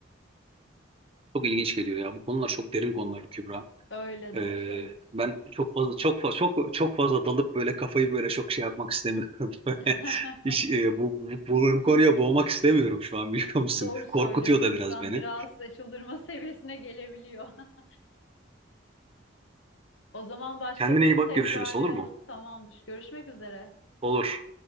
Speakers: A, on the right; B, on the left.
A: Çok ilginç geliyor ya bu konular çok derin konular Kübra.
B: Öyle
A: E,
B: doğru söylüyorsun.
A: ben çok fazla çok fazla çok çok fazla dalıp böyle kafayı böyle çok şey yapmak istemiyorum. <laughs> Böyle
B: <laughs>
A: Hiç, e, bu, bu, bu konuya boğmak istemiyorum şu an biliyor musun?
B: Doğru söylüyorsun.
A: Korkutuyor da
B: İnsan
A: biraz beni.
B: biraz e, çıldırma seviyesine gelebiliyor. <laughs> O zaman başka
A: Kendine
B: bir gün
A: iyi bak
B: tekrarlayalım.
A: görüşürüz olur mu?
B: Tamamdır. Görüşmek üzere.
A: Olur.